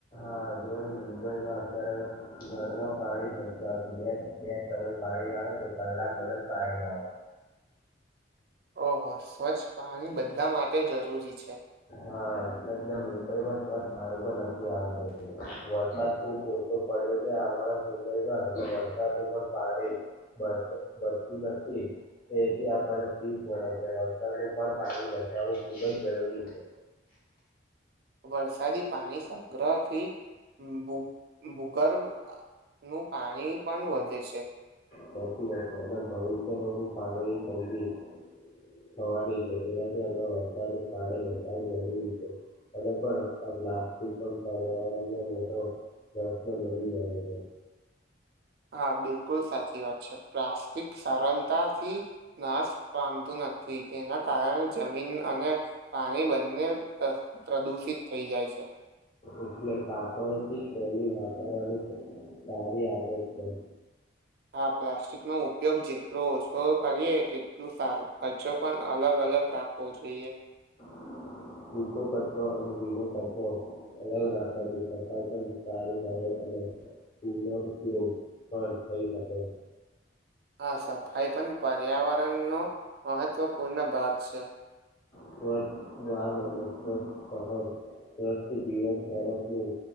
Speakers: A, on the left; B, on the right.
A: હા જોવો ને મુંબઈમાં અત્યારે ઘરમાં પાણી નથી આવતું બે સમય પાણી આવે તે કલાક બ જ પાણી આવે
B: ઓહો સ્વચ્છ પાણી બધા માટે જરૂરી છે
A: હા એટલે એટલે મુંબઈ માંણી પણ નથી આવી વરસાદ ખુબ ઓછો પડ્યો છે અમારા મુંબઈમાં એલે વરસાદનું પણ પાણી બતી નથીથી આપને સીજ મળે છે વળતનું પણ સ બજાર હોવું ખુબ જ જરૂરી છે
B: વરસાદી પાણી સંગ્રહથી ભૂ ભૂગર્ભ નું પાણી પણ વધે છે
A: સાચી વાતે અને ભવિષ્યમાં બી પાણીની તંગી થવાની છે. તેનાથી આપણે વરસાદનું પાણી બચાવવું જરૂરી છે, અને પણ <inaudible> પ્લાસ્ટિક પણ પર્યાવરણને મોટો પ્રશ્ન બની ગયો છે.
B: હા બિલકુલ સાચી વાત છે, પ્લાસ્ટિક સરલતાથી નાશ પામતું નથી. થી તેના કારણે જમીન અને પાણી બંને પ્ર પ્રદુષિત થઈ જાય છે.
A: એટલે કાપડથી થેલી વાપરવાની સારી આદત છે.
B: હા પ્લાસ્ટિકનો ઉપ ઉપયોગ જેટલો ઓછો કરીએ તેટલું સારું. કચરો પન અલગ અલગ રાખવો જોઈએ.
A: <inaudible> સૂકો કચરો અને ભીનો કચરો અલગ રાખવાથી સફાઈ પન સારી થાય અ અને તેનો ઉપયોગ પણ થઈ શકે.
B: અ સફાઈ પન પર્યાવરણનો મહત્વપૂર્ણ ભાગ છે.
A: સ્વચ્છ વાહન અને સ્વચ્છ સહગ સ્વસ્થ જીવન તરફનું